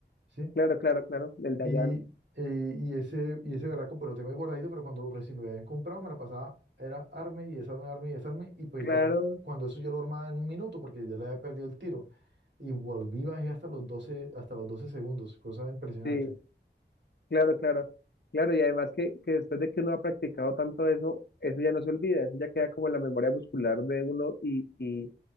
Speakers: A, on the right; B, on the left.
A: ¿sí?
B: claro, claro, claro. Del Dayan.
A: Y, eh, y ese, y ese berraco, pero lo tengo ahí guardadito, pero cuando recién lo habían comprado, me la pasaba, era arme y desarme, arme y desarme, y pues
B: Claro,
A: ya, cuando eso ya lo armaba en un minuto, porque ya le había perdido el tiro. Y volví, bajé hasta los doce hasta los 12 segundos, cosa impresionante.
B: sí. Claro, claro, claro, y además que, que después de que uno ha practicado tanto eso, eso ya no se olvida, eso ya queda como en la memoria muscular de uno y, y